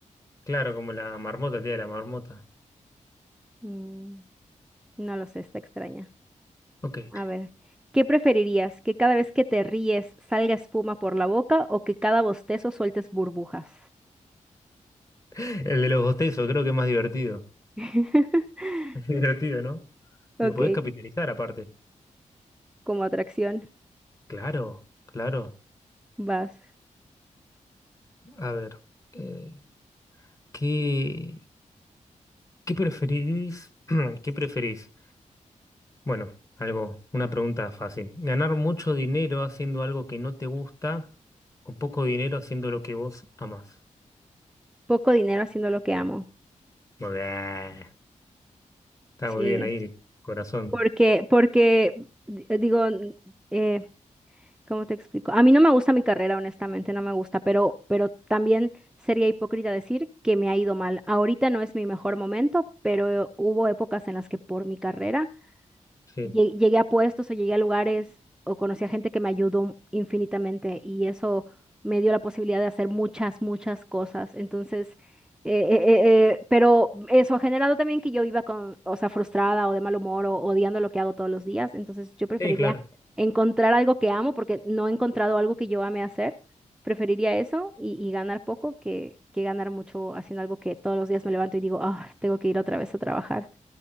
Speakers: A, on the left (about 25°); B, in the centre.
A: Claro, como la marmota, tía, la marmota.
B: Mm, no lo sé, está extraña.
A: Ok. <laughs>
B: A ver, ¿qué preferirías? ¿Que cada vez que te ríes salga espuma por la boca o que cada bostezo sueltes burbujas?
A: El de los bostezos, creo que es más divertido.
B: <laughs>
A: <laughs> Es divertido, ¿no?
B: Ok,
A: Lo podés capitalizar aparte.
B: como atracción,
A: Claro, claro.
B: vas.
A: A ver, eh, ¿qué, qué preferís? <clears throat> ¿Qué preferís? Bueno, algo, una pregunta fácil. ¿Ganar mucho dinero haciendo algo que no te gusta o poco dinero haciendo lo que vos amás?
B: Poco dinero haciendo lo que amo.
A: Muy bien. Está
B: Sí,
A: muy bien ahí el corazón.
B: Porque, porque, di- digo, n- eh, ¿cómo te explico? A mí no me gusta mi carrera, honestamente, no me gusta, pero, pero también sería hipócrita decir que me ha ido mal. Ahorita no es mi mejor momento, pero hubo épocas en las que por mi carrera
A: Sí,
B: lle- llegué a puestos o llegué a lugares o conocí a gente que me ayudó infinitamente y eso me dio la posibilidad de hacer muchas, muchas cosas. Entonces, eh, eh, eh, eh, pero eso ha generado también que yo iba con, o sea, frustrada o de mal humor o odiando lo que hago todos los días. Entonces, yo preferiría
A: sí, claro.
B: encontrar algo que amo porque no he encontrado algo que yo ame hacer. Preferiría eso y, y ganar poco que, que ganar mucho haciendo algo que todos los días me levanto y digo, ah, tengo que ir otra vez a trabajar.